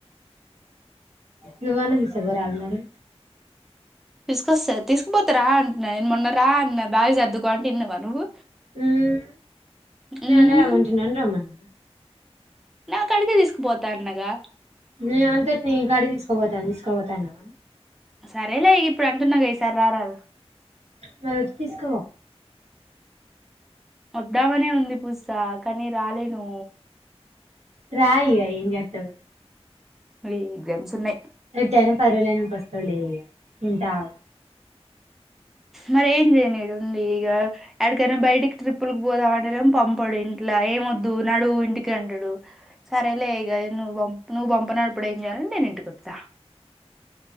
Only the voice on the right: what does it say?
నువ్వన్న దిసపోరాదు మరి
మ్ మీ
అన్న రమంటున్నడని రమన్న
నేను అంతటిని నీకాడి తీసుకోపోత తీసుకోపోతా అన్నవా
మరో ఒచ్చి తీసుక వొ
రా ఇగ ఏంజెత్తవ్
ఎట్టైన పరువలేైనంక వస్తవ్లే ఇగ ఉంటావ్